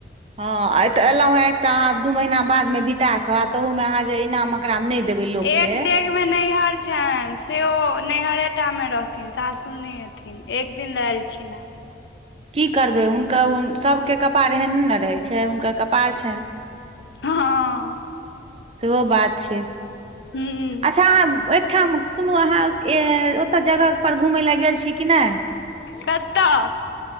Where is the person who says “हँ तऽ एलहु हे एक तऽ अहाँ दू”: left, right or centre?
Right